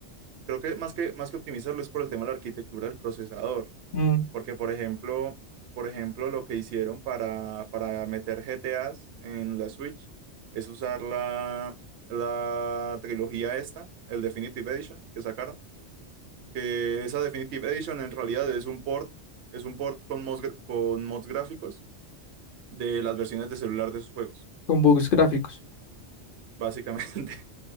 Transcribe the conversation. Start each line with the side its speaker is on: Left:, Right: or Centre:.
Right: creo que más que, más que optimizarlo es por el tema de la arquitectura del procesador.
Left: mm,
Right: Porque, por ejemplo, por ejemplo, lo que hicieron para, para meter GTAs en la Switch es usar la, la trilogía esta, el Definitive Edition que sacaron. Que esa Definitive Edition en realidad es un port, es un port con mods, gra- con mods gráficos de las versiones de celular de sus juegos,
Left: con bugs gráficos.
Right: básicamente. <laughs>